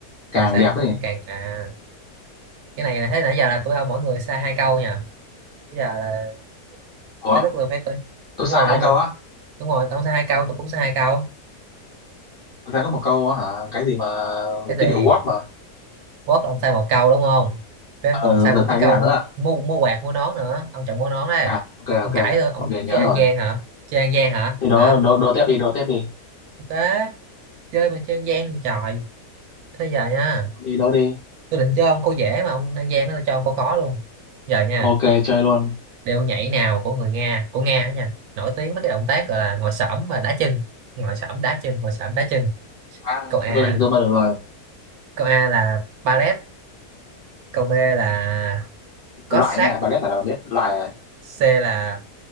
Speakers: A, on the left; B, on the right.
A: càng
B: càng say
A: đẹp
B: nó
A: ấy
B: càng à cái này là thấy nãy giờ là tôi ông mỗi người sai hai câu nha bây giờ là
A: ủa
B: tới lúc tôi phải tôi
A: tôi
B: đúng
A: sai
B: rồi
A: hai
B: mỗi người
A: câu á
B: đúng rồi ông sai hai câu tôi cũng sai hai câu
A: tôi sai có một câu á hả cái gì mà
B: cái gì
A: cái điệu Watt mà
B: vót là ông sai một câu đúng không với
A: ờ
B: em còn sai
A: giờ
B: một cái
A: sai
B: câu
A: cái nào nữa à
B: mua mua quạt mua nón nữa ông chọn mua nón đấy
A: À, ok
B: ông
A: ok
B: cãi rồi ông
A: ok
B: chơi
A: nhớ
B: ăn
A: rồi
B: gian hả chơi ăn gian hả
A: thế đó
B: hả
A: đố đố tiếp đi đố tiếp đi
B: ok chơi mà chơi ăn gian thì trời thế giờ nha
A: đi đố đi
B: tôi định cho ông câu dễ mà ông ăn gian nó cho ông câu khó luôn giờ nha
A: ok chơi luôn
B: điệu nhảy nào của người Nga của Nga đó nha nổi tiếng với cái động tác gọi là ngồi xổm và đá chân ngồi xổm đá chân ngồi xổm đá chân
A: à
B: câu A
A: tôi hình dung ra được rồi
B: câu A là ballet câu B là Cossack
A: loại nha ballet là là biết loại rồi
B: C là